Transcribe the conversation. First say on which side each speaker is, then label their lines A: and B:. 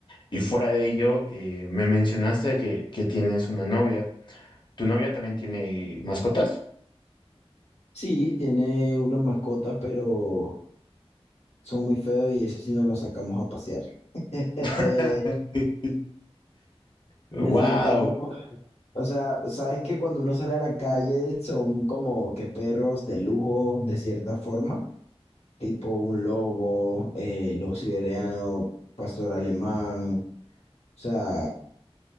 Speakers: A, on the left; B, on the left.
A: Y fuera de ello, eh, me mencionaste que, que tienes una novia. ¿Tu novia también tiene mascotas?
B: Sí, tiene unas mascotas, pero son muy feos y eso sí no los sacamos a pasear. <laughs>
A: <laughs> Wow,
B: Necesitamos, o sea, sabes que cuando uno sale a la calle son como que perros de lujo de cierta forma, tipo un lobo, eh, lobo siberiano, pastor alemán, o sea,